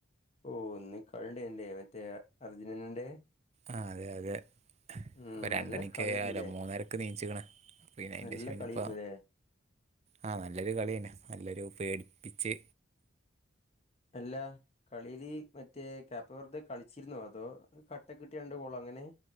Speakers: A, on the left (about 30°); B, on the right (about 35°).
A: ഓ ഒന്ന് കളിയണ്ടേ മറ്റേ അർജന്റീന ന്റെ.
B: ആ അതെ അതെ
A: ഉം
B: ഇപ്പൊ രണ്ടണിക്ക്
A: നല്ല കളിയായിരുന്നുല്ലേ
B: അല്ല മൂന്നരൊക്കെ ണീ ച്ചിക്കണ്. പിന്നെ അതിന്റെ
A: നല്ല
B: ശനിപ്പ
A: കളിയായിരുന്നുല്ലേ
B: ആഹ നല്ലൊരു കളി തന്നെ നല്ലൊരു പേടിപ്പിച്ച്.
A: അല്ല കളിൽ മറ്റേ കാക്പ്പ വെറുതെ കളിച്ചിരുന്നോ അ. അതൊ കട്ടക്ക കിട്ട രണ്ട് ഗോള അങ്ങനെ.